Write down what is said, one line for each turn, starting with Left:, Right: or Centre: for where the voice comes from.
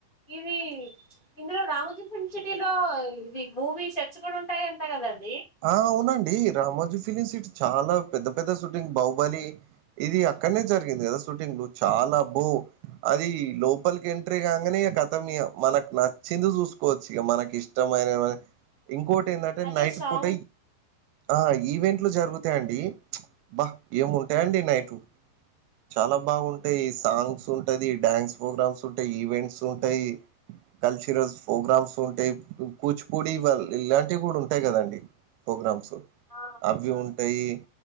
Left: ఇదీ ఇందులో రామోజీ ఫిల్మ్ సిటీ లో ఇది మూవీ సెట్స్ కూడా ఉంటాయంట కదండి
Right: ఆ అవునండి డీ రామోజీ ఫిలిమ్స్ ఇ చాలా పెద్ద పెద్ద షూటింగ్ బాహుబలి ఇది అక్కడనే జరిగింది కదా షూటింగ్ చాలా అబ్బో అది లోపల్ కి ఎంట్రీ కాంగానే ఖతం ఇహ మనకు నక్ ముందు చూసుకోవచ్చు ఇక మనకి ఇష్టమైన ఇంకోటి ఏందంటె
Left: అదే
Right: నైట్
Left: సాంగ్
Right: పూట ఆ ఈవెంట్లు జరుగుతాయిండి మ్చ్ అబ్బా ఏముంటాయండి నైట్ చాలా బాగుంటాయి సాంగ్స్ ఉంటాది డ్యాన్స్ ప్రోగ్రామ్స్ ఉంటాయి ఈవెంట్స్ ఉంటాయి కల్చరల్ ప్రోగ్రామ్స్ ఉంటాయి కూచిపూడి ఇలాంటివి కూడా ఉంటాయి కదండి ప్రోగ్రామ్స్
Left: ఆ
Right: అవి ఉంటాయి